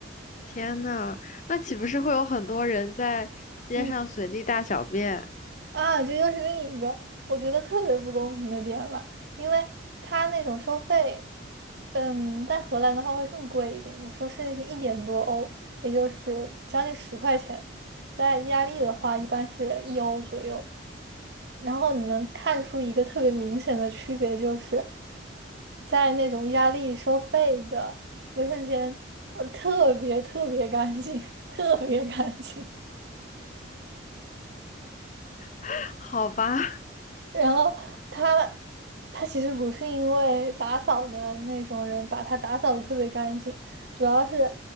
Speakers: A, on the left; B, on the right.
A: 天呐，那岂不是会有很多人在街上随地大小便？
B: 嗯。啊，这又是另一个我觉得特别不公平的点了，因为他那种收费，嗯，在荷兰的话会更贵一点，有时候甚至是一点多欧，也就是将近十块钱。在意大利的话，一般是一欧左右。然后你能看出一个特别明显的区别，就是在那种意大利收费的卫生间，呃，特别特别干净，<laughs> 特别干净。
A: <laughs> 好吧，
B: 然后他他其实不是因为打扫的那种人把他打扫的特别干净，主要是